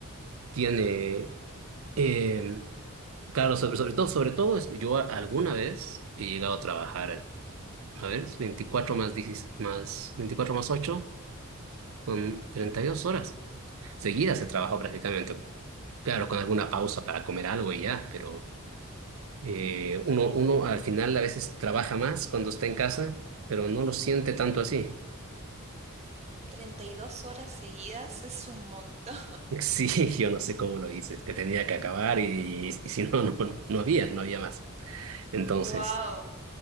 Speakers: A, on the right (about 65°); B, on the right (about 30°).
A: tiene... em, Claro, sobre, sobre todo, sobre todo, es que yo a- alguna vez he llegado a trabajar, a ver, es 24 más 10 más, 24 más 8, son 32 horas seguidas he trabajado prácticamente. Claro, con alguna pausa para comer algo y ya, pero eh, uno, uno al final a veces trabaja más cuando está en casa, pero no lo siente tanto así.
B: treinta y dos horas seguidas es un montón.
A: Sí, <laughs> yo no sé cómo lo hice, es que tenía que acabar y, y si no, no, no había, no había más.
B: <laughs>
A: Entonces,
B: ¡Wow!